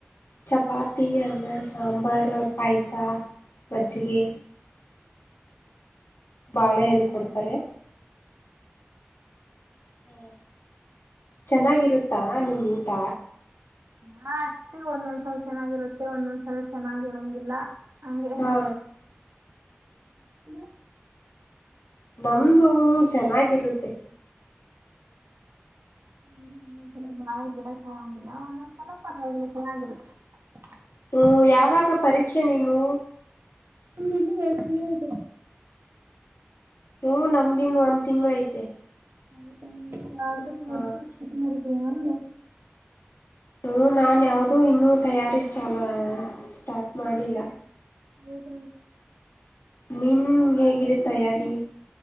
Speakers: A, on the left (about 80°); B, on the right (about 75°).
A: ಚಪಾತಿ ಅನ್ನ ಸಾಂಬರ್ ಪಾಯ್ಸ ಮಜ್ಜಿಗೆ ಬಾಳೆ ಹೆಣ ಕೊಡ್ತಾರೆ ಹಾ ಚೆನ್ನಾಗಿರುತ್ತಾ ನಿಮ್ ಊಟ
B: ಹಾ ಅಷ್ಟೇ ಒಂದೊಂದ್ಸಲ ಚೆನ್ನಾಗಿರುತ್ತೆ ಒಂದೊಂದ್ ಸಲ ಚೆನ್ನಾಗಿರಂಗಿಲ್ಲ <unintelligible>
A: ಹಾ
B: <unintelligible>
A: ನಮ್ದು ಚೆನ್ನಾಗಿರುತ್ತೆ
B: ಹ್ಮ್ ಒಂದೊಂದ್ಸಲ ಬಾಳೆ ಗಡಂಗಿಲ್ಲ ಒಂದೊಂದ <unintelligible>
A: ಹ್ಮ ಯಾವಾಗ ಪರೀಕ್ಷೆ ನೀನು
B: ಇ ಇನ್ನು ಬತಿ ನಿಗೆ
A: ಹ್ಮ ನಮ್ದಿನ್ ಒಂದ್ ತಿಂಗ್ಳ ಐತೆ
B: ಹೌದಾ ಯ್ದು ಮದ
A: ಹ
B: ಕ ಮಾಡಿದಯ
A: ಹ ನಾ ಯಾವ್ದೂ ಇನ್ನೂ ತಯಾರಿಸ ಚಾಲ ಸ್ಟಾರ್ಟ್ ಮಾಡಿಲ್ಲ
B: ಹೌದ
A: ನೀನು ಹೇಗಿದೆ ತಯಾರಿ